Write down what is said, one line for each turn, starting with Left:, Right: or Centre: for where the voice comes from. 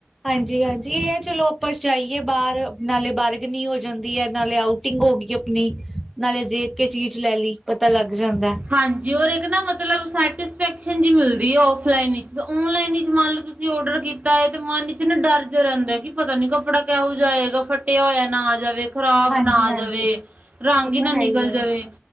Centre: ਹਾਂਜੀ ਹਾਂਜੀ ਇਹ ਹੈ। ਚਲੋ ਆਪਸ ਜਾਈਏ ਬਾਹਰ ਨਾਲੇ ਬਾਰਗਨੀ ਹੋ ਜਾਂਦੀ ਹੈ ਨਾਲੇ ਆਊਟ। ਆਊਟਿੰਗ ਹੋ ਗਈ ਆਪਣੀ, ਨਾਲੇ ਦੇਖ ਕੇ ਚੀਜ਼ ਲੈ ਲਈ, ਪਤਾ ਲੱਗ ਜਾਂਦਾ ਐ
Right: ਹਾਂਜੀ, ਔਰ ਇੱਕ ਨਾ ਮਤਲਬ ਸਸ ਸਟਕਸ਼ਨ ਜਿਹੀ ਮਿਲਦੀ ਹੈ ਔਫਲਾਈਨ ਚ, ਔਨਲਾਈਨ ਹੀ ਮੰਨ ਲਓ ਤੁਸੀਂ ਔਡਰ ਕੀਤਾ ਹੈ ਤੇ ਮਨ ਮੈਨੂੰ ਡਰ ਜ ਰਹਿੰਦਾ, ਕਿ ਪਤਾ ਨੀ ਕੱਪੜਾ ਕਿਹੋ ਜਿਹਾ ਆਏਗਾ, ਫੱਟਿਆ ਹੋਇਆ ਨਾ ਆ ਜਾਵੇ ਖ਼ਰਾਬ
Centre: ਹਾਂਜੀ
Right: ਨਾ ਆ
Centre: ਹਾਂਜੀ
Right: ਜਾਵੇ, ਰੰਗ
Centre: ਉਹ
Right: ਹੀ
Centre: ਤਾਂ
Right: ਨਾ
Centre: ਹੈ
Right: ਨਿਕਲ ਜਾਵੇ,
Centre: ਹੈ